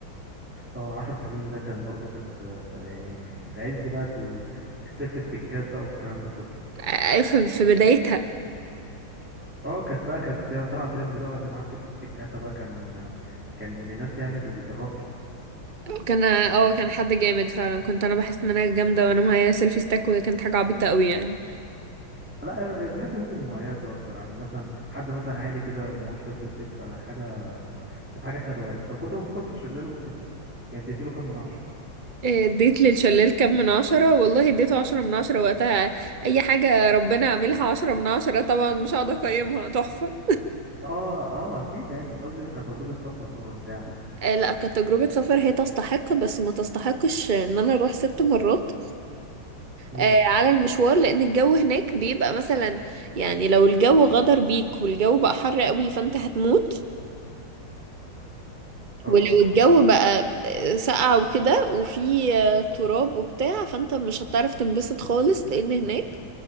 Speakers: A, in the centre; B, on the right.
A: اه عشر سنين ده كان برضو كانت آه، يعني في عز بقى ال- السيلف ستيكات بقى والكلام ده كله
B: أ- أيوة، في في بدايتها
A: اه كانت بقى كانت طلع ترند بقى واللي معاه سيلف ستيك ساعتها بقى كان كان من الناس يعني ال- الراقية
B: كان اه كان حد جامد فعلا كنت انا بحس ان انا جامده وانا معايا سيلفي ستيك وكانت حاجه عبيطه قوي يعني
A: لا أيوة، تحس ان انت مميزة اكتر عن مثلا حد مثلا عادي كده معهوش سيلف ستيك فحاجة كانت حاجة حلوة يعني طب كنت مبسوطة في الشلال وانت هناك يعني اديتله كام من عشرة
B: آه، اديت للشلال كام من عشرة والله اديته عشرة من عشرة وقتها اي حاجة ربنا عاملها عشرة من عشرة طبعا مش هقعد اقيمها تحفة
A: اه اه اكيد يعني بس قصدي كتجربة سفر بقى وبتاع
B: آه، لا كتجربة سفر هي تستحق بس ما تستحقش ان انا اروح ست مرات
A: امم
B: آه، على المشوار لان الجو هناك بيبقى مثلا يعني لو الجو غدر بيك والجو بقى حر قوي فانت هتموت
A: اه
B: ولو الجو بقى آه، ساقع وكده وفي آه، تراب وبتاع فانت مش هتعرف تنبسط خالص لان هناك